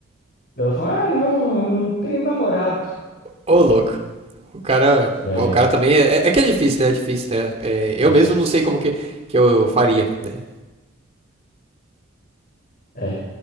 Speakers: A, on the left; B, on the right.
A: Daí Ela falou, ah, não, eu tenho namorado.
B: Ô, louco. O cara,
A: É,
B: o cara também é, é que é difícil, né? É difícil, né? É, eu
A: isso.
B: mesmo não sei como que, que eu faria, né?
A: É.